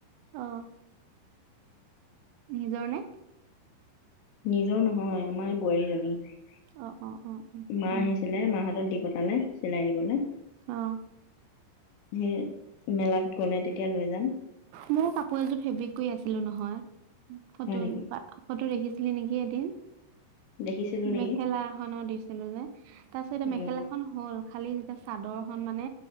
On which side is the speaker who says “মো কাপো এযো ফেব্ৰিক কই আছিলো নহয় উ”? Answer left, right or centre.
Right